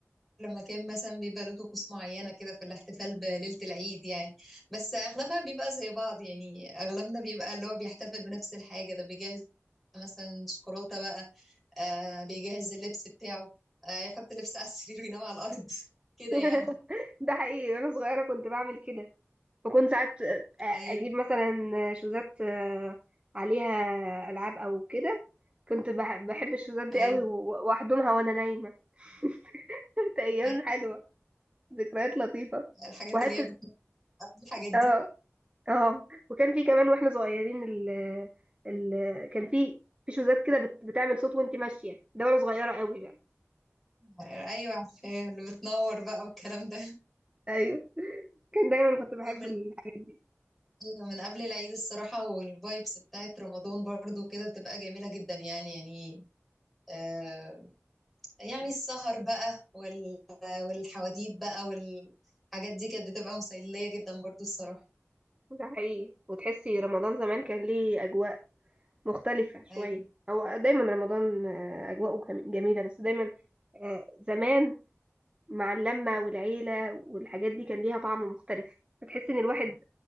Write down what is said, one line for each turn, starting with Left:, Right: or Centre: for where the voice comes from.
Centre: لما كان مثلا بيبقى له طقوس معينة كده في الاحتفال بليلة العيد يعني بس أغلبها بيبقى زي بعض يعني أغلبنا بيبقى اللي هو بيحتفل بنفس الحاجة ده بيجهز مثلا شوكولاتة بقى آه بيجهز اللبس بتاعه آه يحط اللبس على السرير وينام على الأرض <laughs> كده
Right: <laughs>
Centre: يعني
Right: ده حقيقي وأنا صغيرة كنت بعمل كده بكون ساعات آه،
Centre: أيوه
Right: اجيب مثلا شوزات آه، عليها العاب او كده كنت بح- بحب الشوزات دي
Centre: أيوه
Right: قوي و- واحضنها وانا نايمه <laughs> كانت ايام
Centre: أيوه
Right: حلوه ذكريات لطيفه
Centre: الحاجات
Right: وحته
Centre: اللي هي بتبقى قبل الحاجات
Right: اه
Centre: دي
Right: اه وكان في كمان واحنا صغيرين ال ال كان في في شوزات كده بت- بتعمل صوت وانت ماشيه ده وانا صغيره قوي بقى
Centre: أيوه أيوه، اللي بتنور بقى والكلام ده
Right: ايوه كان دايما كنت بحب
Centre: هو من
Right: الحاجات دي
Centre: أيوة من قبل العيد الصراحة والفايبس بتاعت رمضان برضو كده بتبقى جميلة جدا يعني يعني آه، يعني السهر بقى وال... والحواديت بقى والحاجات دي كانت بتبقى مسلية جدا برضو الصراحة
Right: ده حقيقي وتحسي رمضان زمان كان ليه اجواء مختلفة شوية
Centre: أيوة
Right: هو دايما رمضان آه، أجواءه جم- جميلة بس دايما آه، زمان مع اللمة والعيلة والحاجات دي كان ليها طعم مختلف بتحس إن الواحد